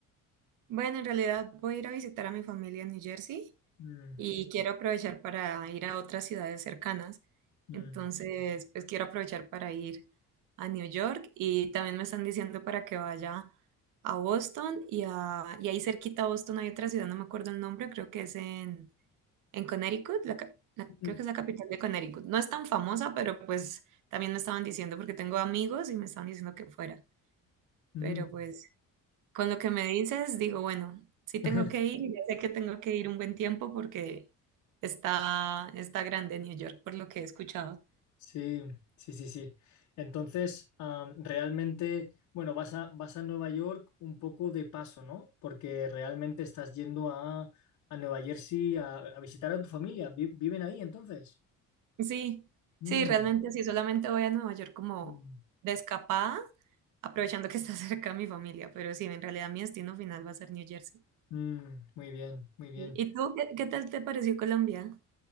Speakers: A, on the right; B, on the left.
A: Bueno, en realidad voy a ir a visitar a mi familia en New Jersey
B: Mm.
A: y quiero aprovechar para ir a otras ciudades cercanas.
B: Mm,
A: Entonces, pues quiero aprovechar para ir a New York y también me están diciendo para que vaya a Boston y, a, y ahí cerquita a Boston hay otra ciudad, no me acuerdo el nombre, creo que es en, en Connecticut, la ca- la-
B: mm,
A: creo que es la capital de Connecticut. No es tan famosa, pero pues también me estaban diciendo porque tengo amigos y me estaban diciendo que fuera.
B: mm.
A: Pero pues con lo que me dices, digo, bueno, sí tengo
B: <laughs>
A: que ir y ya sé que tengo que ir un buen tiempo porque está, está grande New York, por lo que he escuchado.
B: Sí, sí, sí, sí. Entonces, am, realmente, bueno, vas a, vas a Nueva York un poco de paso, ¿no? Porque realmente estás yendo a, a Nueva Jersey a, a visitar a tu familia. Vi- ¿Viven ahí entonces?
A: Sí,
B: Mm,
A: sí, realmente sí, solamente voy a Nueva York como
B: mm,
A: de escapada, aprovechando que está <laughs> cerca mi familia, pero sí, en realidad mi destino final va a ser New Jersey.
B: mm, muy bien, muy bien.
A: ¿Y tú qué, qué tal te pareció Colombia?